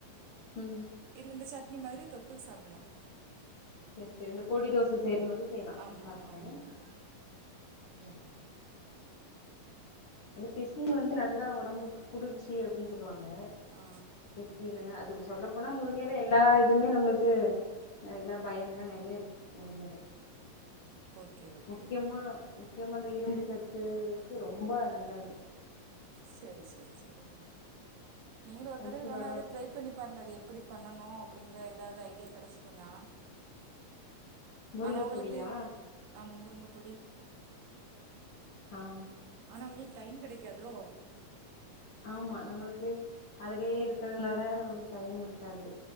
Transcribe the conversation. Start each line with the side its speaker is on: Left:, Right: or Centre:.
Left: ம்
Right: இல்லந்து ச இது மாதிரி தொட்டு சாப்பிடலாம்
Left: சரி சரி இந்த பொடி தோசை செய்ற மாரி செய்யலா
Right: ஆமா
Left: நல்லா இருக்கு
Right: ஆமா ஆமா
Left: ம்ம் <inaudible> அந்த பிசின் வந்து நல்லா ஒடம்புக்கு குளிர்ச்சி அப்படின்னு சொல்லுவாங்க
Right: ஆ
Left: பிசினு அது இது சொல்லப்போனா முருங்கையில எல்லா இதுமே நம்மளுக்கு எல்லா பயன் எல்லா நிறைய இருக்கு முருங்கைல
Right: ஓகே ஓகே
Left: முக்கியமா முக்கியமா அந்த இரும்பு சத்துக்கு ரொம்ப நல்லது
Right: செரி செரி செரி நீங்களு ஒரு
Left: கன்சீவாலா
Right: தடவ வேணா அது
Left: இருப்பாங்க
Right: ட்ரை பண்ணி பாருங்க அது எப்படி பண்ணனு அப்படிங்கற எதாவ்து ஐடியா கெடச்சதுன்னா
Left: முருங்க
Right: ஆனா உங்குளுக்கு
Left: பொடியா
Right: ஆமா முருங்க பொடி
Left: அ அ
Right: ஆனா உங்ளுக் டைம் கெடைக்காதோ
Left: ஆமா நம்மளுக்கு அதுலியே இருக்கிறனால அதுக்கு டைம் இருக்காது